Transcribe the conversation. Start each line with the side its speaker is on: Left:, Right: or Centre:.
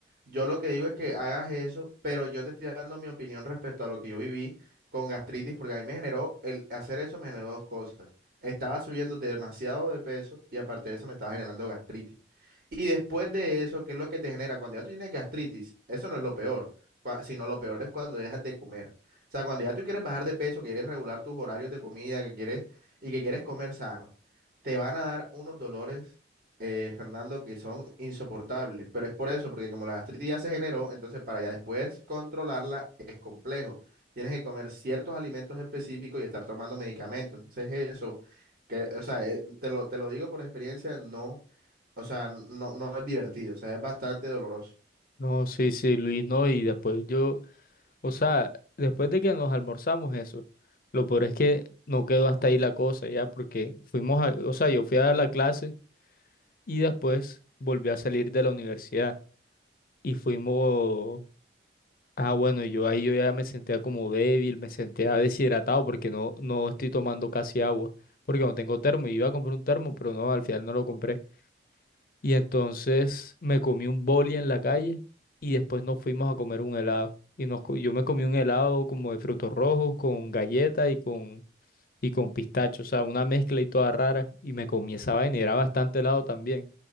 Right: yo lo que digo es que hagas eso, pero yo te estoy dando mi opinión respecto a lo que yo viví con gastritis, porque a mí me generó, el hacer eso me generó dos cosas, estaba subiendo demasiado de peso y aparte de eso me estaba generando gastritis. Y después de eso, ¿qué es lo que te genera? Cuando ya tú tienes gastritis, eso no es lo peor cua- sino lo peor es cuando dejas de comer. O sea, cuando ya tú quieres bajar de peso, quieres regular tus horarios de comida, que quieres y que quieres comer sano, te van a dar unos dolores, eh, Fernando, que son insoportables. Pero es por eso, porque como la gastritis ya se generó, entonces para ya después controlarla es complejo. Tienes que comer ciertos alimentos específicos y estar tomando medicamentos. Entonces eso, que, o sea, eh, te lo, te lo digo por experiencia, no, o sea, no, no es divertido, o sea, es bastante doloroso.
Left: No, sí, sí, Luis, no. Y después yo, o sea, después de que nos almorzamos eso, lo peor es que no quedó hasta ahí la cosa ya, porque fuimos a, o sea, yo fui a dar la clase y después volví a salir de la universidad. y fuimos, ah, bueno, yo ahí yo ya me sentía como débil, me sentía deshidratado porque no, no estoy tomando casi agua, porque no tengo termo, iba a comprar un termo, pero no, al final no lo compré. Y entonces me comí un boli en la calle y después nos fuimos a comer un helado. Y nos, co- yo me comí un helado como de frutos rojos con galleta y con, y con pistacho, o sea, una mezcla y toda rara. Y me comí esa vaina y era bastante helado también.